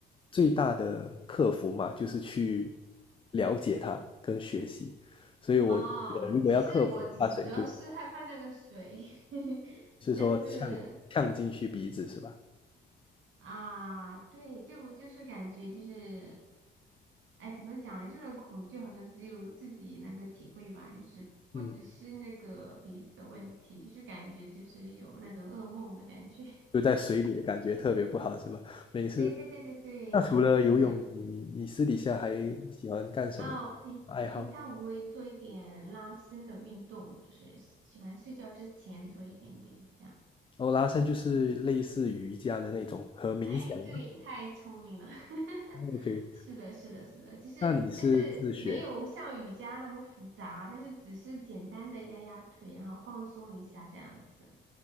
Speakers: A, on the left (about 25°); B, on the right (about 75°).
A: 最大的克服嘛，就是去了解它跟学习，所以我觉得如果要克服怕水就，
B: 哦，其实我只主要是害怕那个水，<laughs>
A: 就是说呛呛进去鼻子是吧？
B: 但是啊，对，就就是感觉就是，哎，怎么讲呢？这种恐惧好像只有自己能够体会吧，就是不只是那个鼻子的问题，
A: 嗯，
B: 就是感觉就是有那种噩梦的感觉。<laughs>
A: 就在水里的感觉特别不好是吧？没事。
B: 对对对对对，
A: 那除了游泳，
B: 是的。
A: 你你你私底下还喜欢干什么
B: 哦，平平常我会做一点拉伸的运动，
A: 爱好？
B: 就是喜欢睡觉之前做一点点这样。
A: 哦，拉伸就是类似瑜伽的那种和冥想吗。
B: <laughs> 哎，对，你太聪明了。<laughs>
A: OK，
B: 是的，是的，是的，就是但是没有像瑜伽那么复杂，
A: 那你是自学？
B: 但是只是简单的压压腿，然后放松一下这样子。